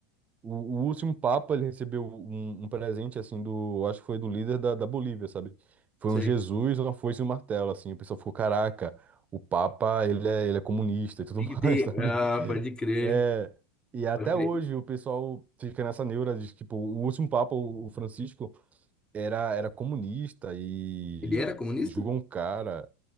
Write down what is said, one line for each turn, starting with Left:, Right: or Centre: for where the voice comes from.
Right: o, o último Papa, ele recebeu um, um presente, assim, do, acho que foi do líder da, da Bolívia, sabe? Foi
Left: Sei.
Right: um Jesus, uma foice e um martelo, assim. O pessoal ficou, caraca, o Papa, ele é, ele é comunista e tudo
Left: Big
Right: <laughs>
Left: Day.
Right: mais, sabe?
Left: Ah, pode crer.
Right: É, e até
Left: Pode crer.
Right: hoje o pessoal fica nessa neura de, tipo, o último Papa, o o Francisco, era, era comunista e
Left: Ele era comunista?
Right: julgou um cara.